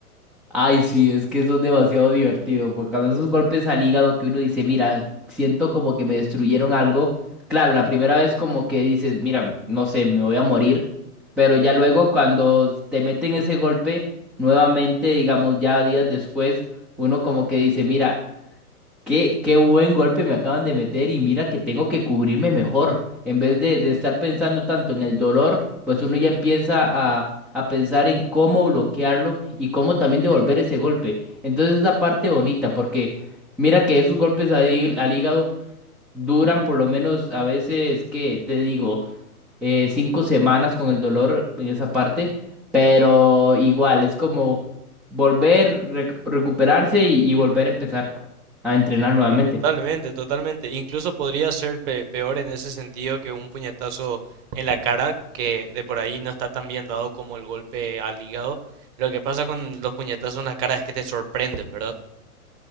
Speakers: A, in the centre; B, on the right.
A: Ay, sí, es que eso es demasiado divertido, porque cuando esos golpes al hígado que uno dice, mira, siento como que me destruyeron algo. Claro, la primera vez como que dices, mira, no sé, me voy a morir, pero ya luego cuando te meten ese golpe, nuevamente, digamos, ya días después, uno como que dice, mira, Qué, qué buen golpe me acaban de meter y mira que tengo que cubrirme mejor. En vez de, de estar pensando tanto en el dolor, pues uno ya empieza a, a pensar en cómo bloquearlo y cómo también devolver ese golpe. Entonces es la parte bonita porque mira que esos golpes al, hí- al hígado duran por lo menos a veces, que te digo? eh, cinco semanas con el dolor en esa parte, pero igual es como volver, rec- recuperarse y, y volver a empezar a entrenar nuevamente.
B: Sí, totalmente, totalmente. Incluso podría ser pe- peor en ese sentido que un puñetazo en la cara, que de por ahí no está tan bien dado como el golpe al hígado. Lo que pasa con los puñetazos en la cara es que te sorprenden, ¿verdad?